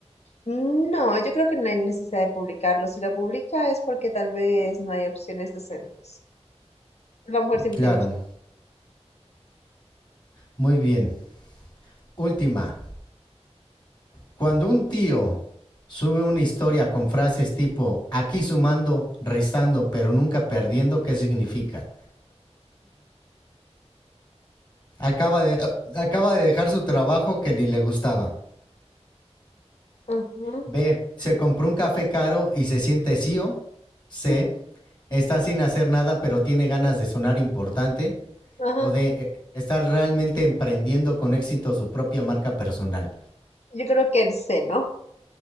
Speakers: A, on the left; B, on the left.
A: No, yo creo que no hay necesidad de publicarlo. Si lo publica es porque tal vez no hay opciones decentes. La mujer siempre
B: Claro.
A: tiene opciones.
B: Muy bien. Última. Cuando un tío sube una historia con frases tipo aquí sumando, restando, pero nunca perdiendo, ¿qué significa? Acaba de, acaba de dejar su trabajo que ni le gustaba.
A: Ajá,
B: B. Se compró un café caro y se siente CEO. C.
A: ajá,
B: Está sin hacer nada pero tiene ganas de sonar importante.
A: ajá.
B: O D. eh, Está realmente emprendiendo con éxito su propia marca personal.
A: Yo creo que el C, ¿no?